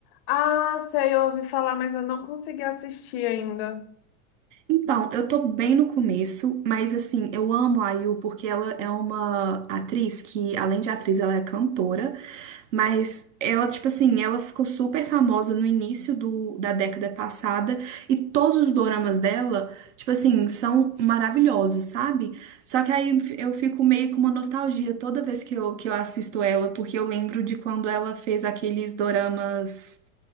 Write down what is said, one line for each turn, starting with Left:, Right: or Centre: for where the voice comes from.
Left: Ah, sei, eu ouvi falar, mas eu não consegui assistir ainda.
Right: Então, eu tô bem no começo, mas assim, eu amo a IU porque ela é uma atriz que, além de atriz, ela é cantora. Mas ela, tipo assim, ela ficou super famosa no início do, da década passada e todos os doramas dela, tipo assim, são maravilhosos, sabe? Só que aí eu fico meio com uma nostalgia toda vez que eu, que eu assisto ela, porque eu lembro de quando ela fez aqueles doramas.